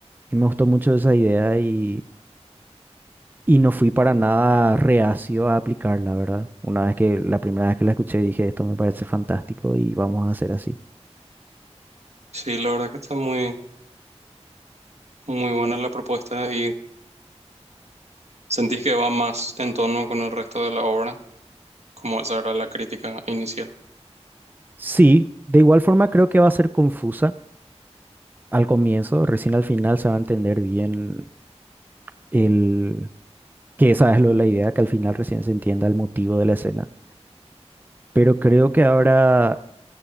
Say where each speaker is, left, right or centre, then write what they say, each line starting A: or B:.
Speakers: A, on the right (about 15°); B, on the right (about 70°).
A: Y me gustó mucho esa idea y, y no fui para nada reacio a aplicarla, ¿verdad? Una vez que, la primera vez que la escuché dije, esto me parece fantástico y vamos a hacer así.
B: Sí, la verdad que está muy, muy buena la propuesta y sentís que va más en tono con el resto de la obra, como esa era la crítica inicial.
A: Sí, de igual forma creo que va a ser confusa al comienzo, recién al final se va a entender bien el que esa es lo, la idea, que al final recién se entienda el motivo de la escena. Pero creo que ahora